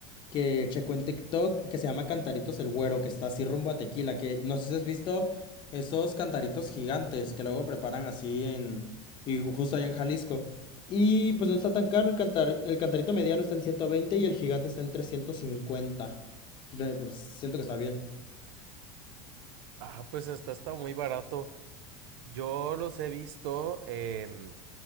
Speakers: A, on the left; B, on the right.
A: que checó en TikTok que se llama Cantaritos el Güero, que está así rumbo a Tequila, que no sé si has visto esos cantaritos gigantes que luego preparan así en, y justo allá en Jalisco. Y pues no está tan caro, el cantar, el cantarito mediano está en 120 y el gigante está en 350. Eh, pues, siento que está bien.
B: Ah, pues está, está muy barato. Yo los he visto en,